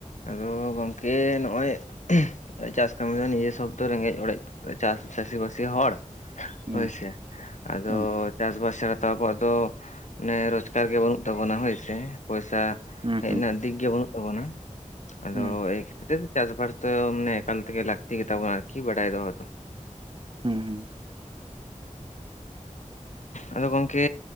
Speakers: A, on the left (about 65°); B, on the right (about 40°).
A: ᱟᱫᱚ, ᱜᱚᱝᱠᱮ ᱱᱚᱜᱼᱚᱭ, ᱪᱟᱥ ᱠᱟᱹᱢᱤ ᱫᱚ ᱱᱤᱡᱮ ᱥᱚᱵ ᱫᱚ, ᱨᱮᱸᱜᱮᱡ ᱚᱲᱮᱡ ᱪᱟᱹᱥᱤ ᱵᱟᱹᱥᱤ ᱦᱚᱲ᱾
B: ᱦᱩᱸ
A: ᱦᱳᱭᱥᱮ, ᱟᱫᱚ
B: ᱦᱩᱸ
A: ᱪᱟᱥ ᱵᱟᱥ ᱪᱷᱟᱲᱟ, ᱛᱚ ᱟᱵᱚᱣᱟᱜ ᱫᱚ ᱚᱱᱮ ᱨᱳᱡᱽᱜᱟᱨ ᱜᱮ ᱵᱟᱹᱱᱩᱜ ᱛᱟᱵᱚᱱᱟ, ᱦᱳᱭᱥᱮ ᱯᱚᱭᱥᱟ
B: ᱦᱩᱸ
A: ᱦᱮᱡ
B: ᱦᱩᱸ
A: ᱱᱟ᱾ ᱫᱤᱠ ᱜᱮ ᱵᱟᱹᱱᱩᱜ ᱛᱟᱵᱚᱱᱟ᱾ ᱟᱫᱚ
B: ᱦᱩᱸ
A: ᱮᱭ ᱠᱷᱟᱛᱤᱨ ᱛᱮ ᱪᱟᱥᱵᱟᱥ ᱫᱚ, ᱢᱟᱱᱮ ᱮᱠᱟᱞ ᱛᱮᱜᱮ ᱞᱟᱹᱠᱛᱤ ᱜᱮᱛᱟ ᱵᱚᱱᱟ, ᱟᱨᱠᱤ ᱵᱟᱰᱟᱭ ᱫᱚᱦᱚ ᱫᱚ᱾
B: ᱦᱩᱸ, ᱦᱩᱸ᱾
A: ᱟᱫᱚ ᱜᱚᱝᱠᱮ